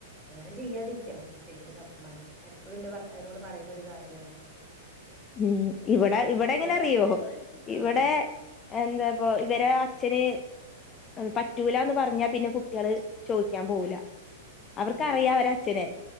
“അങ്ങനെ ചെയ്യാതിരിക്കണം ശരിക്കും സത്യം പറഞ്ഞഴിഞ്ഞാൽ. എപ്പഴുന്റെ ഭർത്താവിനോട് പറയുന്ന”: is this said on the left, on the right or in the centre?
Centre